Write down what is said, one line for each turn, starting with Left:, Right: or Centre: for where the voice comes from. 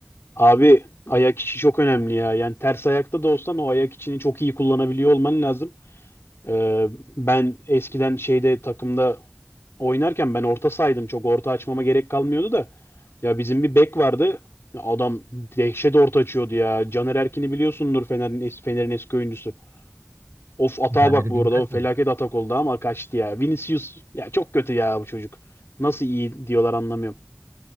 Left: Abi ayak içi çok önemli ya. Yani ters ayakta da olsan o ayak içini çok iyi kullanabiliyor olman lazım. Ee, ben eskiden şeyde takımda oynarken ben orta saydım. Çok orta açmama gerek kalmıyordu da. Ya bizim bir bek vardı. Ya Adam dehşet orta açıyordu ya. Caner Erkin'i biliyorsundur Fener'in, es- Fener'in eski oyuncusu. Of atağa
Right: Caner'i
Left: bak bu
Right: bilmez
Left: arada. O felaket
Right: miyim?
Left: atak oldu ama kaçtı ya. Vinicius ya çok kötü ya bu çocuk. Nasıl iyi diyorlar anlamıyorum.